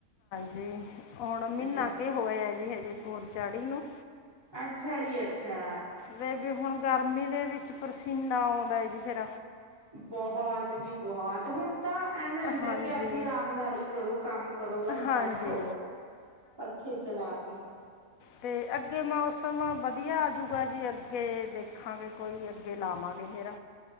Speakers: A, on the left; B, on the right.
A: ਜੀ ਹੁਣ ਮਹੀਨਾ
B: ਅੱਛਾ
A: ਕੀ ਹੋਇਆ ਜੀ ਹਜੇ ਪੋੜੀ ਚਾੜੀ ਨੂੰ
B: ਅੱਛਾ ਜੀ ਅੱਛਾ
A: ਤੇ ਵੀ ਹੁਣ ਗਰਮੀ ਦੇ ਵਿੱਚ ਪਸੀਨਾ ਆਉਂਦਾ ਜੀ ਫੇਰ
B: ਬਹੁਤ ਜੀ ਬਹੁਤ ਹੁਣ ਤਾਂ ਐਵੇਂ ਹੁੰਦਾ
A: ਹਾਂਜੀ
B: ਕਿ ਆਪਦੀ ਇਰਾਮਦਾਰੀ ਕਰੋ ਕੰਮ ਕਰੋ ਬਸ
A: ਹਾਂਜੀ
B: ਬੈਠੋ ਪੱਖੇ ਚਲਾ ਕੇ
A: ਤੇ ਅੱਗੇ ਅੱਗੇ ਮੌਸਮ ਵਧੀਆ ਆਜੂਗਾ ਜੀ ਅੱਗੇ ਦੇਖਾਂਗੇ ਕੋਈ ਅੱਗੇ ਲਾਵਾਂਗੇ ਫੇਰ